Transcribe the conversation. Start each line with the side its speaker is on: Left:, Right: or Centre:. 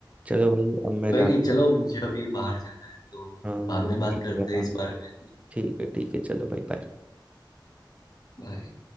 Right: चलो भाई अब मैं
Left: कोई
Right: जाता
Left: नहीं चलो मुझे अभी बाहर जाना है तो
Right: हूँ हाँ, वो
Left: बाद में बात
Right: मैं कर
Left: करते
Right: रहा
Left: हैं
Right: था
Left: इस बारे में
Right: ठीक है ठीक है चलो भाई bye।
Left: बाय